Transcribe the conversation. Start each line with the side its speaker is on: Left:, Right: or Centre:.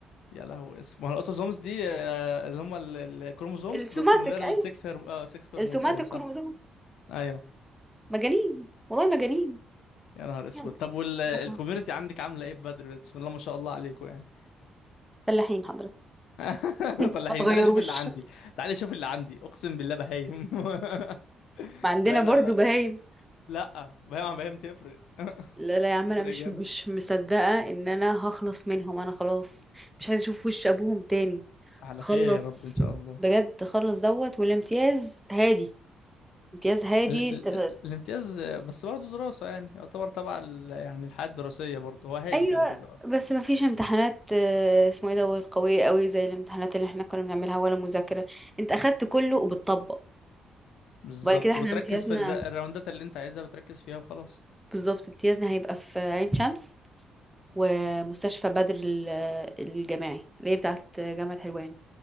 Left: يا لهوي اسمها الاوتوزومز دي آه، اللي هم ال- ال- الكروموسومز
Centre: السوماتيك
Left: بس من غير
Centre: ايوه
Left: السكس هرم... اه سكس هرمونز
Centre: السوماتيك
Left: ايوه صح
Centre: كروموزومز
Left: ايوه
Centre: مجانين والله مجانين
Left: يا نهار اسود
Centre: يلا
Left: طب والكوميونتي
Centre: سيبك منهم.
Left: عندك عامله ايه في بدر بسم الله ما شاء الله عليكم يعني
Centre: فلاحين حضرتك
Left: <laughs>
Centre: <laughs>
Left: فلاحين
Centre: ما تغيروش
Left: تعالى شوف اللي عندي تعالى شوف اللي عندي اقسم بالله بهايم <laughs>
Centre: ما عندنا
Left: لا
Centre: برضو
Left: لا
Centre: بهايم
Left: لا بعيد عن بعيد تفرق <laughs>
Centre: لا لا يا عم
Left: تفرق
Centre: انا مش
Left: جامد
Centre: مش مصدقه ان انا هخلص منهم انا خلاص مش عايزه اشوف وش ابوهم تاني
Left: على
Centre: خلص
Left: خير يا رب ان شاء الله
Centre: بجد خلص دوت والامتياز هادي امتياز هادي
Left: ال
Centre: انت
Left: ال ال الامتياز آه، بس برضه دراسة يعني يعتبر تبع ال- يعني الحياة الدراسية برضه هو هادي
Centre: ايوه
Left: كده كده اه
Centre: بس ما فيش امتحانات آه، اسمه ايه دوت قويه قوي زي الامتحانات اللي احنا كنا بنعملها ولا مذاكره انت اخدت كله وبتطبق
Left: بالظبط
Centre: وبعد كده احنا
Left: وبتركز
Centre: امتيازنا
Left: في الر- الراوندات اللي انت عايزها بتركز فيها وخلاص
Centre: بالظبط امتيازنا هيبقى في عين شمس ومستشفى بدر ال- الجامعي اللي هي بتاعت جامعه حلوان